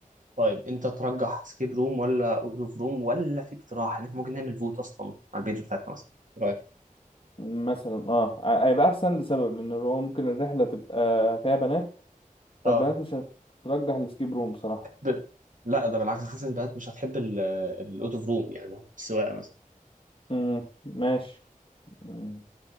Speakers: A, on the right (about 65°); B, on the left (about 40°).
A: طيب انت ترجح سكيب روم ولا اوت اوف روم ولا في اقتراح ان احنا ممكن نعمل فوت اصلا على البيج بتاعتنا مثلا إيه رايك؟
B: مثلا اه ع- هيبقى أحسن لسبب لأن هو ممكن الرحلة تبقى فيها بنات فالبنات
A: اه
B: مش هترجح السكيب روم بصراحة
A: ب... لا ده بالعكس حاسس ان البنات مش هتحب الاوت اوف روم يعني السواقه مثلا
B: امم ماشي مم،